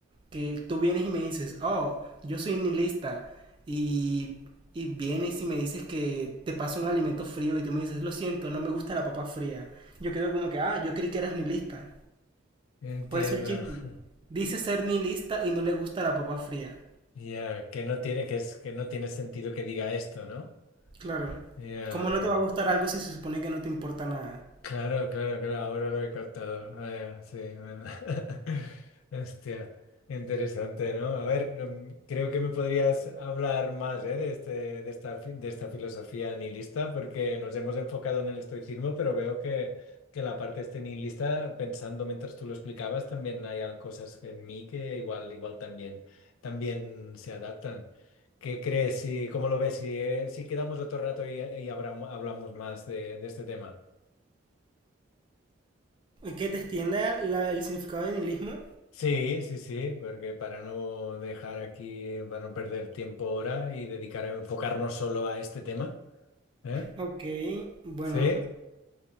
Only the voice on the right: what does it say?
que tú vienes y me dices, oh, yo soy nihilista, y, y vienes y me dices que te pasa un alimento frío y tú me dices, lo siento, no me gusta la papa fría, yo quedo como que, ah, yo creí que eras nihilista.
Por eso el chiste.
Dice ser nihilista y no le gusta la papa fría.
Claro.
¿Cómo
no te va a gustar algo si se supone que no te importa nada?
Que te extienda la- el significado de nihilismo
Ok, bueno,